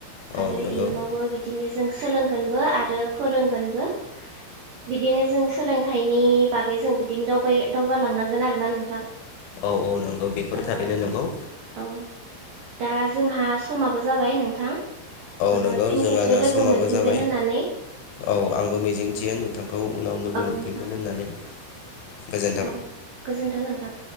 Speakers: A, on the left; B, on the right.
A: औ
B: आरो
A: नंगौ
B: इयुनावबो बिदिनो जो जों सोलोंगोनबो आरो फोरोंगोनबो बिदिनो जों सोलोंथाइनि बागै जों बिदिनो दावबाय दावगा लांनांगोन आरोना नोंथां।
A: औ औ नंगौ बेफोर
B: ओ
A: थारैनो नोंगौ।
B: औ दा जोंहा समाबो जाबाय नोंथां।
A: औ
B: ओ
A: नंगौ
B: फिन
A: जोंहा
B: खेबसे
A: दा
B: लोगो
A: समाबो
B: मोनफिनगोन
A: जाबाय
B: होननानै
A: औ आंबो मिजिंथियो नोंथांखौ। उनाव लोगो
B: औ
A: मोनफिनगोन
B: नोंथां
A: होननानै। गोजोन्थों
B: औ गोजोन्थों नोंथां।